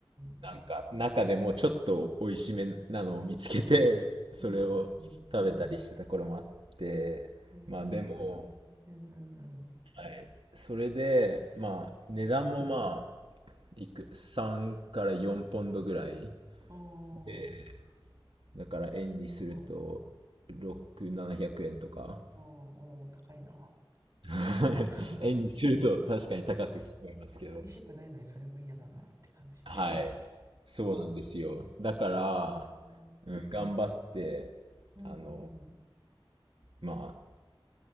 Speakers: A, on the right; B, on the right.
A: ん
B: なんか、中でもちょっと美味しめなのを見つけて、それを食べたりしてた頃もあって、
A: うんうんうんうん。
B: まあでも、
A: へえ、うんうんうん
B: はい。それで、まあ、
A: うん。
B: 値段もまあ、いく、3から4ポンドぐらい。
A: お
B: で、
A: ー、
B: だから円にすると、
A: お、
B: 6、700円とか。<laughs>
A: お、おー、高いな。
B: はい円にすると確かに高く聞こえますけど。
A: <laughs> 美味しくないのにそれも嫌だなって感じ。
B: はい。そうなんですよ。だから、
A: うん、うん
B: うん、頑張って、
A: うんうん。
B: あの、まあ、